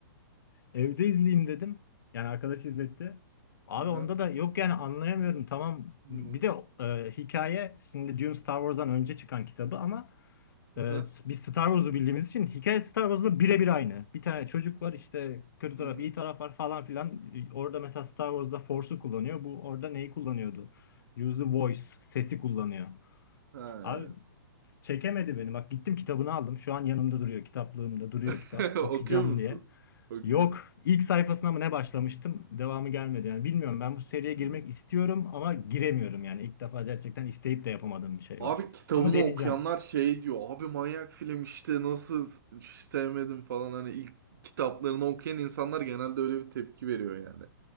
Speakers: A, on the left; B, on the right.
A: Evde izleyeyim dedim. Yani arkadaş izletti. Abi
B: Aha.
A: onda da yok yani anlayamıyorum. Tamam
B: Hı
A: bir
B: hı.
A: de e, hikaye şimdi Dune Star Wars'dan önce çıkan kitabı ama e,
B: Aha.
A: biz Star Wars'u bildiğimiz için hikaye Star Wars'la birebir aynı. Bir tane çocuk var işte kötü
B: Hı
A: taraf
B: hı.
A: iyi taraf var falan filan. E, Orada mesela Star Wars'da Force'u kullanıyor. Bu orada neyi kullanıyordu? Use the voice sesi kullanıyor.
B: Ha,
A: Abi
B: evet.
A: Çekemedi beni. Bak gittim kitabını aldım. Şu an yanımda duruyor. Kitaplığımda duruyor
B: <laughs>
A: kitap. Okuyacağım
B: Okuyor musun?
A: diye.
B: Okuyor.
A: Yok. İlk sayfasına mı ne başlamıştım? Devamı gelmedi. Yani bilmiyorum. Ben bu seriye girmek
B: Hmm.
A: istiyorum ama giremiyorum. Yani İlk defa gerçekten isteyip de yapamadığım bir şey
B: Abi
A: var.
B: kitabını
A: Ama deneyeceğim.
B: okuyanlar şey diyor. Abi manyak film işte nasıl s- sevmedim falan hani ilk kitaplarını okuyan insanlar genelde öyle bir tepki veriyor yani.